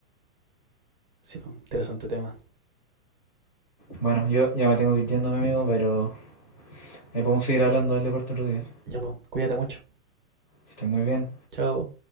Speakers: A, on the right (about 35°); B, on the left (about 25°).
A: sí, pues, interesante tema.
B: Bueno, yo ya me tengo que ir yendo, mi amigo, pero Ahí podemos seguir hablando del deporte otro día.
A: Ya pues, cuídate mucho.
B: Que estén muy bien.
A: Chao.